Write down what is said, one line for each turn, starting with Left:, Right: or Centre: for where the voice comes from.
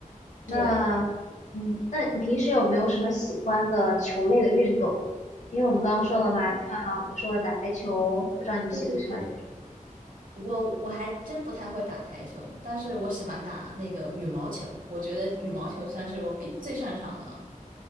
Left: 那，
Right: 对，
Left: 嗯，那你平时有没有什么喜欢的球类的运动？因为我们刚刚说了嘛，
Right: 我，
Left: 像我说了打台球，不知道你喜不喜欢？
Right: 对对对，我我还真不太会打台球，但是我喜欢打那个羽毛球，我觉得羽毛球算是我比最擅长的了。